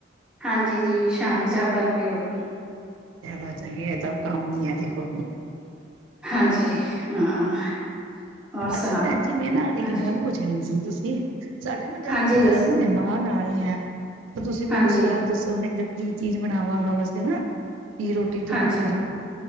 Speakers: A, in the centre; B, on the right.
A: ਹਾਂਜੀ ਜੀ ਸ਼ਾਮ ਚਾਹ ਪਾਣੀ ਵੀ ਹੋ ਗੀ
B: ਚਲੋ ਚੰਗੇ ਹੈ ਤਾਂ ਕੰਮ ਹੀ ਹੈ ਦੇਖੋ।
A: ਹਾਂਜੀ ਹਾਂ ਹੋਰ
B: ਅੱਛਾ
A: ਸੁਣਾਓ
B: ਭੈਣ ਜੀ ਮੈਂ ਨਾ ਇੱਕ
A: ਹਾਂਜੀ
B: ਗੱਲ ਪੁੱਛਣੀ ਸੀ, ਤੁਸੀਂ ਸਾਡੇ ਨਾ ਕੱਲ
A: ਹਾਂਜੀ
B: ਮਤਲਬ
A: ਦੱਸੋ
B: ਕੱਲ ਮਹਿਮਾਨ ਆ ਰਹੇ ਹੈ ਤੁਸੀਂ ਮੈਨੂੰ
A: ਹਾਂਜੀ
B: ਸਲਾਹ ਦੱਸੋ ਮੈ ਕੀ ਵੇ ਕੀ ਚੀਜ਼ ਬਣਾਵਾ ਉਹਨਾਂ ਵਾਸਤੇ ਨਾ ਕੀ ਰੋਟੀ ਰੋਟੀ ਤਿਆਰ
A: ਹਾਂਜੀ
B: ਕਰਾਂ,